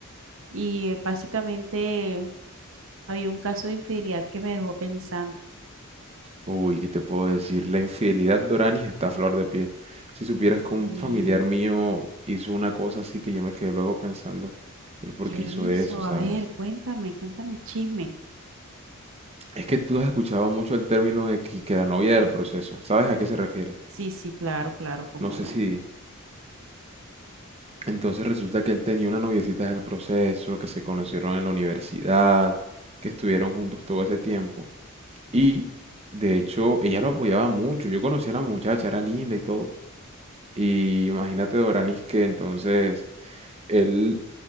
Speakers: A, on the right (about 65°); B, on the right (about 30°).
A: y eh, básicamente había un caso de infidelidad que me dejó pensando.
B: Uy, ¿qué te puedo decir? La infidelidad Dorani está a flor de piel. Si supieras que un
A: ¿Y
B: familiar mío hizo una cosa así que yo me quedé luego pensando, el por
A: qué
B: qué
A: hizo?
B: hizo eso, ¿sabes?
A: A ver, cuéntame, cuéntame el chisme.
B: Es que tú has escuchado mucho el término de que, que la novia del proceso. ¿Sabes a qué se refiere?
A: Sí, sí, claro, claro, cómo
B: No
A: no.
B: sé si, Entonces resulta que él tenía una noviecita del proceso, que se conocieron en la universidad, que estuvieron juntos todo ese tiempo. Y de hecho ella lo apoyaba mucho. Yo conocí a la muchacha, era linda y todo. Y imagínate Doranis que entonces él